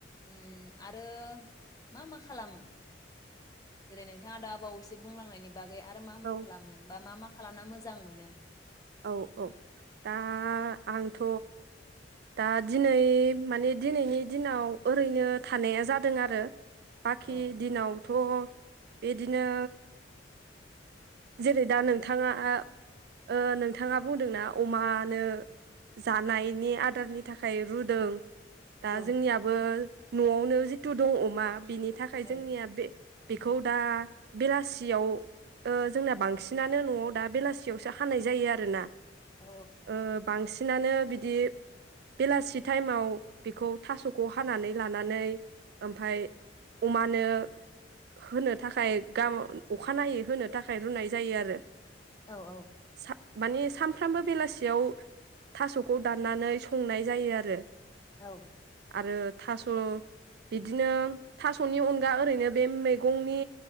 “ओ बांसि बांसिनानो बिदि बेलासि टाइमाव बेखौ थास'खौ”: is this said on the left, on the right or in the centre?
Right